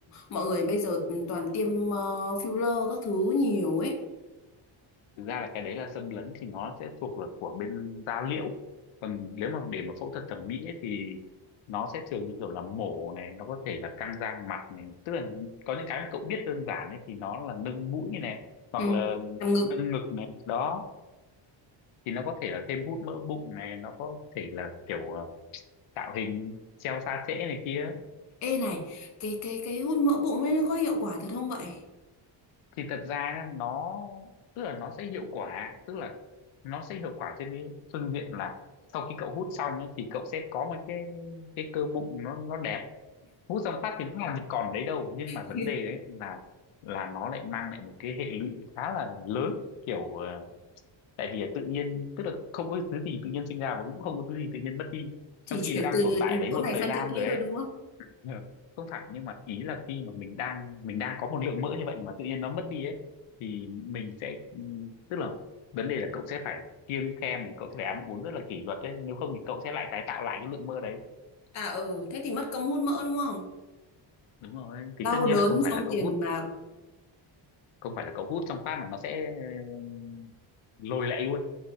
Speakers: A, on the left; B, on the left.
A: mọi người bây giờ toàn tiêm ờ, filler các thứ nhiều ấy
B: thực ra là cái đấy là xâm lấn thì nó sẽ thuộc là của bên da liễu còn nếu mà để mà phẫu thuật thẩm mỹ ấy, thì nó sẽ thường như kiểu là mổ này nó có thể là căng da mặt này tức là có những cái mà cậu biết đơn giản ấy thì nó là nâng mũi này hoặc
A: ừ
B: là
A: làm ngực
B: nâng ngực này đó thì nó có thể là thêm hút mỡ bụng này nó có thể là kiểu ờ, tạo hình treo xa trễ này kia
A: ê này cái cái cái hút mỡ bụng ấy nó có hiệu quả thật không vậy
B: thì thật ra nhá, nó tức là nó sẽ hiệu quả tức là nó sẽ hiệu quả trên cái phương diện là sau khi cậu hút xong ấy, thì cậu sẽ có một cái cái cơ bụng nó nó đẹp hút xong phát thì nó làm gì còn đấy đâu nhưng
A: <laughs>
B: mà vấn đề ấy là là nó lại mang lại một cái hệ lụy khá là lớn kiểu ờ, tại vì tự nhiên tức là không có thứ gì tự nhiên sinh ra và cũng không có thứ gì tự nhiên mất đi
A: chỉ
B: trong
A: chuyển
B: khi nó đang
A: từ
B: tồn tại ở đấy
A: chỗ
B: một
A: này
B: thời
A: sang
B: gian
A: chỗ kia
B: rồi
A: thôi
B: ấy
A: đúng không
B: Ờ, không phải nhưng mà ý là khi mà mình đang mình đang có một lượng mỡ như vậy nhưng mà tự nhiên nó mất đi ấy thì mình sẽ ừm, tức là vấn đề là cậu sẽ phải kiêng khem này cậu sẽ phải ăn uống rất là kỷ luật đấy nếu không thì cậu sẽ lại tái tạo lại cái lượng mỡ đấy
A: à ừ thế thì mất công hút mỡ đúng không
B: đúng rồi
A: đau
B: thì tất nhiên
A: đớn
B: là không phải
A: xong
B: là
A: tiền
B: cậu hút
A: bạc
B: không phải là cậu hút xong phát mà nó sẽ ừm, lồi lại luôn